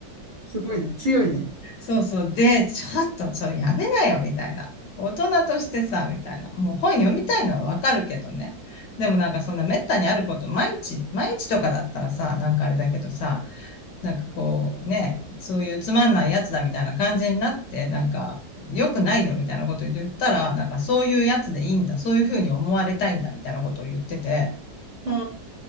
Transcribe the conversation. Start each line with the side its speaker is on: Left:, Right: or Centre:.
Right: すごいね、強いね。
Left: そうそう。で、ちょっとそれやめなよ、みたいな。大人としてさ、みたいな。もう本読みたいのはわかるけどね。でもなんかそんな滅多にあること、毎日、毎日とかだったらさ、なんかあれだけどさ、なんかこうね、そういうつまんないやつだみたいな感じになって、なんか良くないよみたいなこと言ったら、なんかそういうやつでいいんだ、そういうふうに思われたいんだみたいなことを言ってて、
Right: うん。